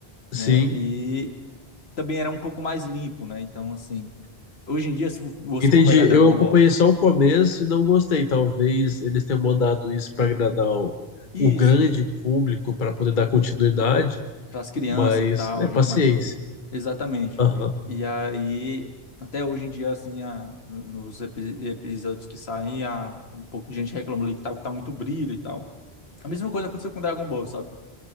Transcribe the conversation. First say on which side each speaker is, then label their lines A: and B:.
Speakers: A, on the left; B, on the left.
A: né,
B: Sim,
A: e também era um pouco mais limpo, né, então, assim, hoje em dia, se você
B: entendi.
A: for pegar Dragon
B: Eu acompanhei
A: Ball,
B: só o começo e não gostei. Talvez eles tenham mandado isso para agradar o,
A: isso,
B: o grande público para poder dar continuidade,
A: Então, as crianças
B: mas
A: e tal,
B: é paciência.
A: gente mais nova. Exatamente.
B: Aham.
A: E aí, até hoje em dia, assim, a- no- nos epi- episódios que saem, a, um pouco de gente reclama ali que tá, que tá muito brilho e tal. A mesma coisa aconteceu com Dragon Ball, sabe?